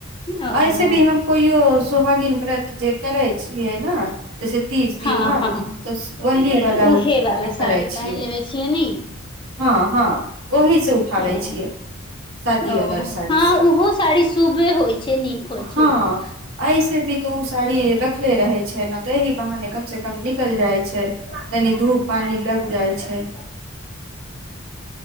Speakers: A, on the left; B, on the right.
A: ओ
B: ऐसे भी हमको य सुहागिन व्रत जे करै छियै ने जैसे तीज त्यौहार
A: हँ हँ
B: त वही वाला
A: उहे
B: उठ
A: वाला साड़ी
B: करै छियै
A: पहिन लेबे छियै ने
B: हँ हँ वही से उठाबै
A: ओ
B: छियै शादी
A: ओ
B: वाला साड़ी
A: हँ
B: से
A: ओहो साड़ी शुभे होइ छै नीक होइ
B: हँ
A: छै ओहो
B: ऐसे भी त ओ साड़ी रख देखखले रहे छै ने तऽहि बहाने कम से कम निकल जाइ छै तनि धूप पानि लगि जाइ छै